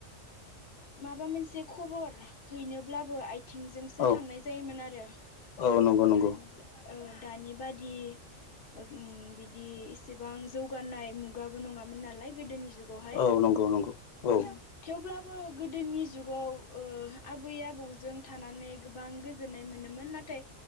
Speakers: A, on the left; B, on the left.
A: माबा मोनसे खबर हैनोब्लाबो आय थिंजोंसो
B: औ
A: थांनाय जायोमोन आरो
B: औ
A: ओ
B: नंगौ नंगौ
A: दानि ओ दानि बादि ओ उम बिदि एसेबां जौगानाय मुगाबो नङामोन नालाय गोदोनि जुग गावहाय
B: औ नंगौ नंगौ औ
A: उम थेवब्लाबो गोदोनि जुगाव ओ आबै आ बौजों थानानै गोबां गोजोननाय मोनोमोन नाथाय